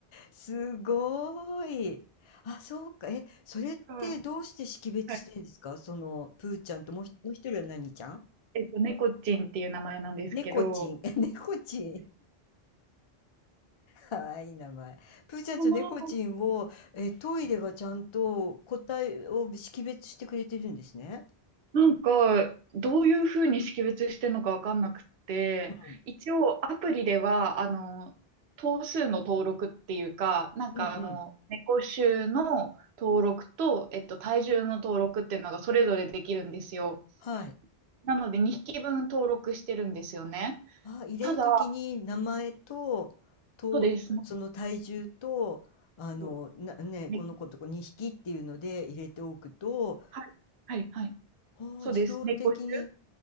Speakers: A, on the left; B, on the right.
A: すごーい。あ、そうか。え、それってどうして識別してるんですかその、
B: はい。はい。
A: プーちゃんともうひもう一人は何ちゃん
B: えっと、猫ちんっていう名前なんですけど、
A: 猫ちん。え、猫ちん。かわいい名前。プーちゃんと猫ちんを、
B: この、
A: え、トイレがちゃんと個体を識別してくれてるんですね。
B: なんか、どういうふうに識別してるのかわかんなくて、
A: うん。
B: 一応アプリでは、あの、頭数の登録っていうか、なんかあの、
A: うんうん。
B: 猫種の登録と、えっと、体重の登録っていうのがそれぞれできるんですよ。
A: はい。
B: なので2匹分登録してるんですよね。
A: あ、入れるときに名前と、
B: ただ、
A: と、
B: そうです。
A: その体重と、あの、
B: 猫
A: な、ね、
B: 猫
A: この子とこ2匹っていうので入れておくと、
B: はい、はい、はい。
A: ああ、
B: そうです。
A: 自動的に。
B: 猫種